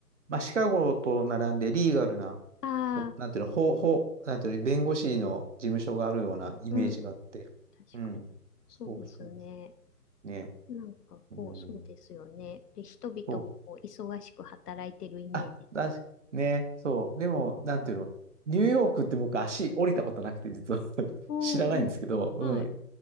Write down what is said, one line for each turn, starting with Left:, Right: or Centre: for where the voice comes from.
Right: まあ、シカゴと並んでリーガルな、
Left: あ
Right: こ、なんていうの、法、法、なんていうの、弁護士の事務所があるようなイメージがあって。
Left: あ、うん、うん確かに。
Right: うん。
Left: そうですね。
Right: そうそうそう。ね。
Left: なんかこう、
Right: うん。
Left: そうですよね。で、人々もこう忙しく働いてるイメージ
Right: そうあ、だし、ね、そう。でも、なんていうの、ニューヨークって僕足降りたことなくて、実は <laughs>
Left: うん。
Right: 知らないんですけど、
Left: はい。
Right: うん、